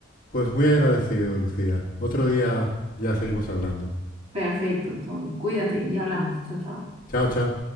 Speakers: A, on the left; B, on the right.
A: Pues muy agradecido, Lucía. Otro día ya seguimos hablando.
B: Perfecto, Tony, cuídate y hablamos. Chao, chao.
A: Chao, chao.